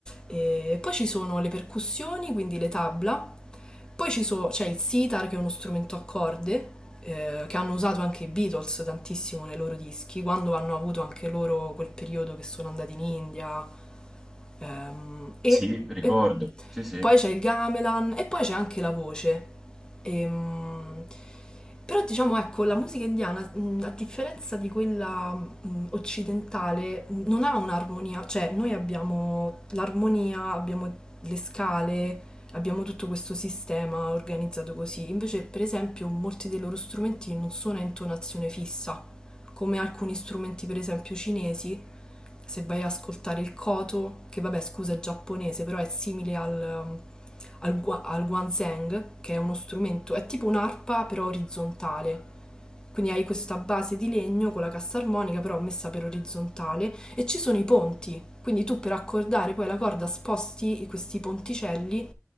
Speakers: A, on the left; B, in the centre.
A: E poi ci sono le percussioni, quindi le tabla, Poi ci so- c'è il sitar, che è uno strumento a corde, eh, che hanno usato anche i Beatles tantissimo nei loro dischi, quando hanno avuto anche loro quel periodo che sono andati in India, Ehm, e,
B: Sì, ricordo.
A: e
B: Sì, sì.
A: poi c'è il gamelan e poi c'è anche la voce. Ehm, però diciamo, ecco, la musica indiana, mh, a differenza di quella mh, occidentale, mh, non ha un'armonia, cioè noi abbiamo l'armonia, abbiamo le scale, abbiamo tutto questo sistema organizzato così. Invece, per esempio, molti dei loro strumenti non sono a intonazione fissa, come alcuni strumenti, per esempio, cinesi se vai a ascoltare il koto, che vabbè scusa è giapponese, però è simile al, um, al, gua- al guanzhang, che è uno strumento, è tipo un'arpa però orizzontale. Quindi hai questa base di legno con la cassa armonica però messa per orizzontale e ci sono i ponti. Quindi tu per accordare poi la corda sposti questi ponticelli